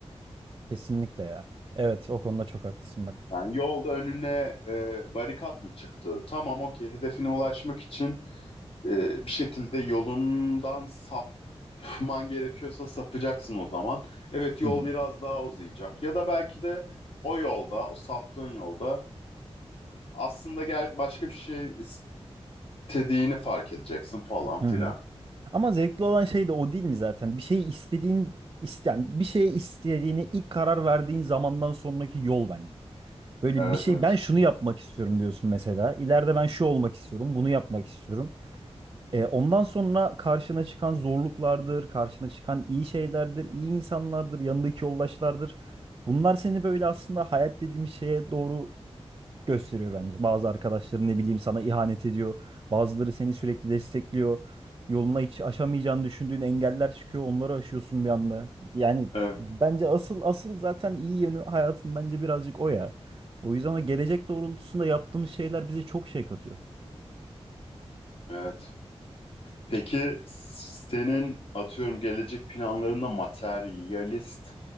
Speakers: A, on the right (about 35°); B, on the left (about 60°).
A: Kesinlikle ya. Evet o konuda çok haklısın bak.
B: Yani yolda önüne e, barikat mı çıktı? Tamam okey hedefine ulaşmak için e, bir şekilde yolundan sapman gerekiyorsa sapacaksın o zaman. Evet yol
A: Hı hı.
B: biraz daha uzayacak ya da belki de o yolda, o saptığın yolda Aslında gel başka bir şey istediğini fark edeceksin falan filan.
A: Hı hı. Ama zevkli olan şey de o değil mi zaten? Bir şeyi istediğin isteyen, bir şeye istediğini ilk karar verdiğin zamandan sonraki yol bence. Böyle
B: Evet
A: bir şey
B: evet.
A: ben şunu yapmak istiyorum diyorsun mesela. İleride ben şu olmak istiyorum, bunu yapmak istiyorum. E, ondan sonra karşına çıkan zorluklardır, karşına çıkan iyi şeylerdir, iyi insanlardır, yanındaki yoldaşlardır. Bunlar seni böyle aslında hayat dediğim şeye doğru gösteriyor bence. Bazı arkadaşların ne bileyim sana ihanet ediyor. Bazıları seni sürekli destekliyor. Yoluna hiç aşamayacağını düşündüğün engeller çıkıyor. Onları aşıyorsun bir anda. Yani
B: Evet,
A: bence asıl asıl zaten iyi yönü hayatın bence birazcık o ya. O yüzden o gelecek doğrultusunda yaptığımız şeyler bize çok şey katıyor.
B: evet. Peki senin atıyorum gelecek planlarında materyalist